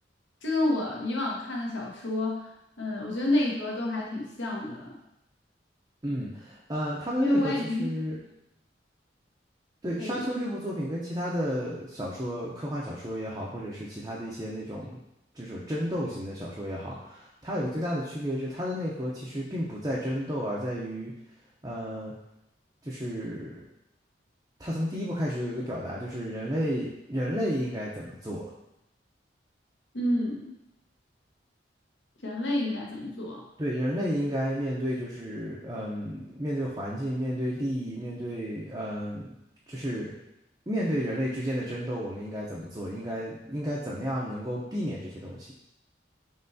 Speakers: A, on the left; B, on the right.
A: 这跟我以往看的小说，嗯，我觉得内核都还挺像的，
B: 嗯呃，他们的内核其实。
A: 因为我也挺，
B: 对《沙丘》这部作品跟其他的小说、
A: 哎，
B: 科幻小说也好，或者是其他的一些那种就是争斗型的小说也好，它有个最大的区别是，它的内核其实并不在争斗，而在于，呃，就是它从第一部开始有一个表达，就是人类人类应该怎么做。
A: 嗯，人类应该怎么做？
B: 对，人类应该面对就是，嗯，面对环境，面对利益，面对，嗯，就是面对人类之间的争斗，我们应该怎么做？应该应该怎么样能够避免这些东西？